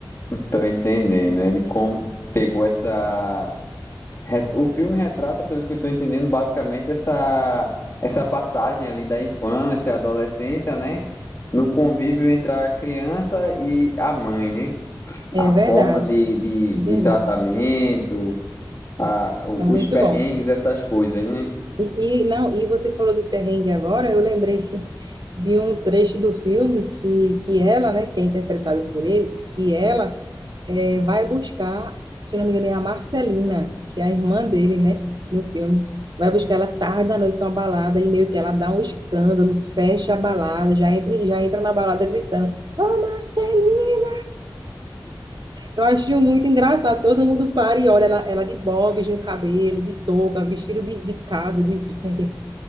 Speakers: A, on the left; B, on the right.
A: tô entendendo. Ele com- pegou essa. re- O filme retrata, pelo que eu tô entendendo, basicamente essa, essa passagem ali da infância, adolescência, né? No convívio entre a criança e a mãe, né?
B: É
A: a
B: verdade,
A: forma de, de,
B: é verdade.
A: de tratamento, a, o-
B: É muito
A: os perrengues,
B: bom.
A: essas coisas, né?
B: E, e, não, e você falou de perrengue agora, eu lembrei <laughs> de um trecho do filme que, que ela, né, que é interpretada por ele, que ela eh, vai buscar, se não me engano, é a Marcelina, que é a irmã dele, né, no filme. Vai buscar ela tarde da noite numa balada e meio que ela dá um escândalo, fecha a balada, já entra, já entra na balada gritando, Ô, Marcelina! Eu acho muito engraçado, todo mundo para e olha ela, ela de bobs no cabelo, de touca, vestido de, de casa, de <laughs> velha.